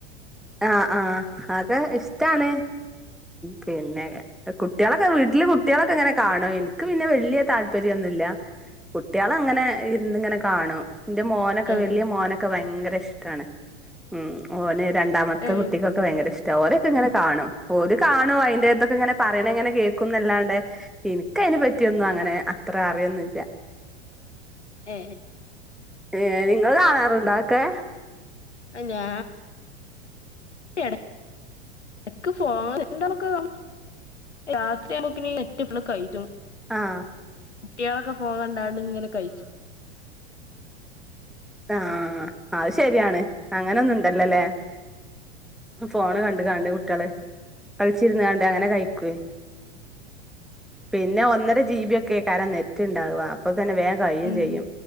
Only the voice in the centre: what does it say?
ആ ആ ഹത് ഇഷ്ടാണ് പിന്നെ കുട്യോളൊക്കെ വീട്ടില് കുട്ടികളൊക്കെ ഇങ്ങനെ കാണും ഇൻക്ക് പിന്നെ വല്ല്യ താല്പര്യന്നുല്ല കുട്ടിയള അങ്ങനെ ഇരുന്ന് ഇങ്ങനെ കാണും എന്റെ മോനൊക്കെ
വലിയ മോന ഭയങ്കര ഇഷ്ട്ടാണ് ഉം ഓന് രണ്ടാമത്തെ
കുട്ടിക്കൊക്കെ വയങ്കര ഇഷ്ടാ ഓള് ഇങ്ങനെ കാണും ഓള് കാണും അയിന്റെ ഇതൊക്കെ ഇങ്ങനെ പറയണ ഇങ്ങനെ കേൾക്കുംന്നല്ലാണ്ട് ഇനിക്ക അതിനെ പറ്റിയൊന്നും അങ്ങനെ അത്ര അറിയന്നില്ല
ഏ നിങ്ങൾ കാണാറുണ്ടൊ അവൊക്കെ
ആഹ്
ആ അത് ശരിയാണ് അങ്ങനൊന്ന് ഇണ്ടല്ലോല്ലേ ഫോണ് കണ്ട് കാണ്ട് കുട്യോള് കളിച്ചിരുന്ന് കാണ്ട് അങ്ങനെ കയ്ക്കൊയ് പിന്നെ ഒന്നര ജി ബി ഒക്കെക്കാരം നെറ്റ് ഉണ്ടാവ അപ്പൊ വേം കഴിയും
ചെയ്യും